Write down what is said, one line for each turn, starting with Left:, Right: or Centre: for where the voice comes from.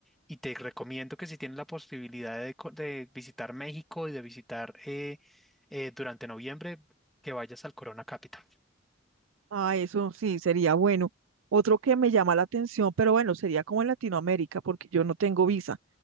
Centre: Y te recomiendo que si tienes la posibilidad de, co- de visitar México y de visitar eh, eh, durante noviembre, que vayas al Corona Capital.
Right: Ah, eso sí, sería bueno. Otro que me llama la atención, pero bueno, sería como en Latinoamérica, porque yo no tengo visa,